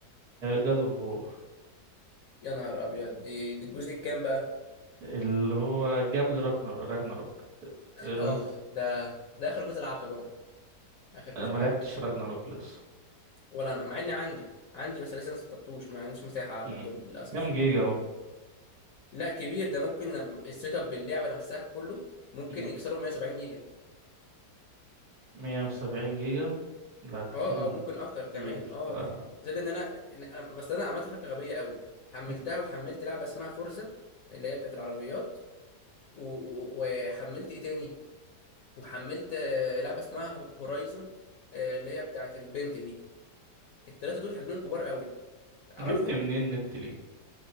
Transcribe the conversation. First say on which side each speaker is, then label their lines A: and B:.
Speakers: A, on the right; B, on the left.
A: جاد اوف وور
B: يا نهار ابيض دي دي الجزء الكام بقى
A: اللي هو جاب لي راجنر راجناروك ال-
B: اه ده ده اخر جزء لعبته برضه اخر جزء
A: أنا ما
B: لعبته
A: لعبتش راجناروك لسه
B: ولا انا مع اني عندي عندي بس لسه ما سطبتوش ما عنديش مساحه على
A: مم.
B: اللابتوب للاسف
A: كام جيجا اهو
B: لا كبير ده ممكن لما السيت اب باللعبه نفسها بكله ممكن
A: مم.
B: يكسروا 170 جيجا
A: 170 جيجا لا ده كتير
B: اه او ممكن اكتر كمان
A: كتير
B: اه
A: لا لا
B: زائد ان انا إن انا بس انا عملت حركه غبيه قوي حملتها
A: مم.
B: وحملت لعبه اسمها فورزا اللي هي بتاعت العربيات و... و- وحملت ايه تاني وحملت آه، لعبه اسمها هورايزون آه، اللي هي بتاعت البنت دي التلاته دول حجمهم كبار قوي اعرفهم
A: جبت منين النت ليه